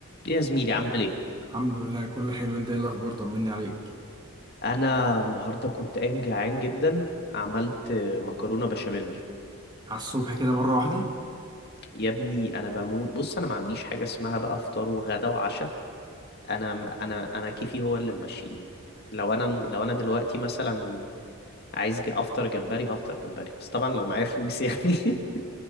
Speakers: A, on the left; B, on the right.
A: ايه يا زميلي عامل ايه
B: الحمد لله كله حلو انت ايه الاخبار طمني عليك
A: انا النهارده كنت قايم جعان جدا عملت مكرونه بشاميل
B: على الصبح كده مره واحده
A: يا ابني انا بموت بص انا ما عنديش حاجه اسمها بقى فطار وغدا وعشاء انا انا انا كيفي هو اللي ماشيني لو انا لو انا دلوقتي مثلا عايز ج- افطر جمبري هفطر جمبري بس طبعا لو معايا فلوس يعني <laughs>